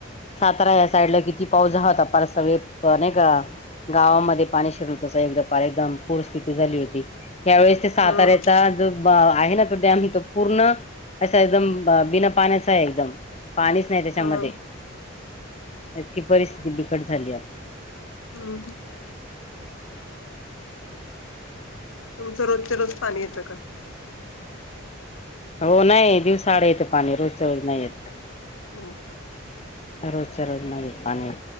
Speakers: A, on the left; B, on the left.
A: सातारा या साईडला किती पाऊस आहात आप आपार सगळ नाही का गावामध्ये पाणी शिरत एकदा पार एकदम पूर स्थिती झाली होती त्यावेेळेस ते साताऱ्याचा
B: हा
A: जो आहे ना तो डॅम तो पूर्ण अा एकदम बिना पाण्याच आहे एकदम पाणीच नाही त्याच्यामध्ये
B: हा.
A: इतकी परिस्थिती बिकट झाली आहे
B: हम्म ह तुमचं रोज ते रोज पाणी येतं का
A: हो नाही दिवसाड येते पाणी रोजच्या रोज नाही येत
B: ओके
A: रोजच्या रोज मागे पाणी